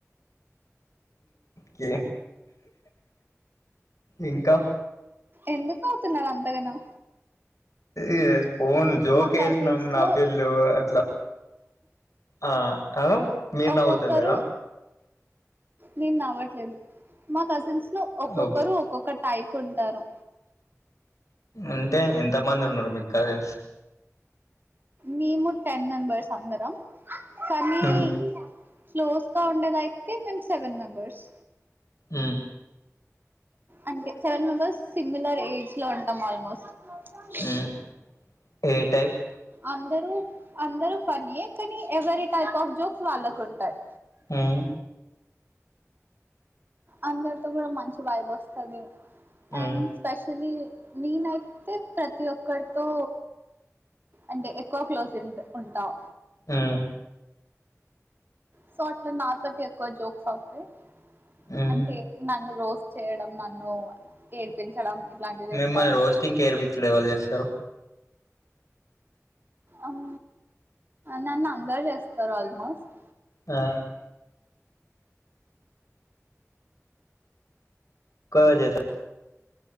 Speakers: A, on the left (about 75°); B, on the right (about 40°).
A: కే ఇంకా
B: ఎందుకు నవుతున్నారు అంతగనం
A: ఏ ఫోన్ జోకేష్ణం
B: మా కజిన్స్
A: నవిల్లు
B: లో
A: అట్లా ఆ అ మీరు
B: ఒక్కొక్కరు
A: నవ్వుతలేరా
B: నేను నవ్వట్లేదు మా కజిన్స్ లో ఒక్కొక్కరు
A: ఓకే
B: ఒక్కొక్క టైప్ కుంటారు
A: అంటే ఎంతమంది ఉన్నారు మీకు కసీన్స్
B: మేము టెన్ మెంబర్స్ అందరం కనీ
A: ఉమ్
B: క్లోజ్ గా ఉండేదయితే మేము సెవెన్ మెంబర్స్
A: ఊమ్
B: అంటే సెవెన్ మెంబర్స్ సిమిలర్ ఏజ్ లో ఉంటాం ఆల్మోస్ట్ <unintelligible>
A: ఉమ్ ఏ టైప్
B: అందరూ అందరు ఫన్నియే కానీ ఎవరీ టైప్ ఆఫ్ జోక్స్ వాళ్ళకుంటయ్
A: ఊమ్
B: అందరితో గూడా మంచి వైబొస్తది
A: ఉమ్
B: అండ్ స్పెషలీ నీనైతే ప్రతి ఒక్కరితో అంటే ఎక్కువ క్లోజ్ ఉం ఉంటాం
A: ఊమ్
B: సో అట్లా నాతోటి ఎక్కువ జోక్స్ అవుతాయి
A: ఉమ్
B: అంటే నన్ను రోస్ చేయడం నన్ను ఏడ్పించడం ఇట్లాంటివి చేస్తా
A: మిమ్మల్ని
B: ఉంటారు
A: రోస్టింగ్ ఏర్పించడం ఎవలు చేస్తారు
B: అమ్ నన్ను అందరు జేస్తరు ఆల్మోస్ట్
A: ఆ క జేస